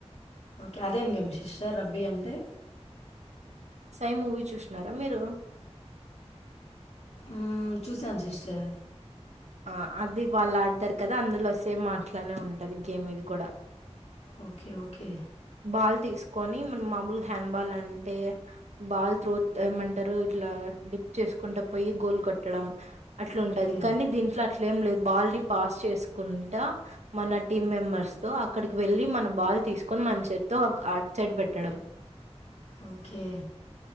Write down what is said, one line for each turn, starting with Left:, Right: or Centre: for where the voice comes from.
Left: ఓకే, అదేం, గేమ్, సిస్టర్, రబ్బీ, అంటే,
Right: సై, మూవీ, చూసిన్నారా, మీరు,
Left: ఉ, చూశాను. సిస్టర్,
Right: ఆ, అది, వాళ్ళు, ఆడతారు, కదా, అందులో, సేమ్, ఆట్లానే ఉంటది. గేమ్, ఇది, కూడా,
Left: ఓకే, ఓకే,
Right: బాల్, తీసుకొని, మన, మామలుగా, హ్యాండ్ బాల్ అంటే, బాల్, త్రో, ఏమంటరు. ఇట్లా, డిప్, చేసుకుంటా, పోయి, గోల్ కొట్టడం. అట్ల, ఉంటది.
Left: ఓకే
Right: కానీ, దీంట్లో, అట్లే, ఏం, లేదు, బాల్ ని పాస్, చేసుకుంటా, మన, టీమ్, మెంబెర్స్ తో, అక్కడికి, వెళ్ళి, మన బాల్, తీసుకొని, మన చేతో అటు సైడ్, పెట్టడం.
Left: ఓకే,